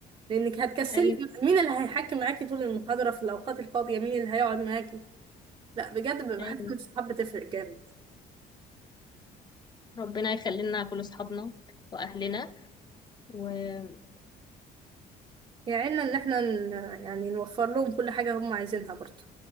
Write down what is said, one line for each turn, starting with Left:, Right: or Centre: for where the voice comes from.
Right: لأنك هتكسلي
Left: أيوه
Right: مين اللي هيحكي معاكي طول المحاضرة في الأوقات الفاضية مين اللي هيقعد معاكي لا بجد بحس
Left: أيوه
Right: إن الصحاب بتفرق جامد
Left: ربنا يخلي لنا كل أصحابنا وأهلنا ويا
Right: يعيننا ان احنا ن- يعني نوفر لهم كل حاجة هم عايزينها برضه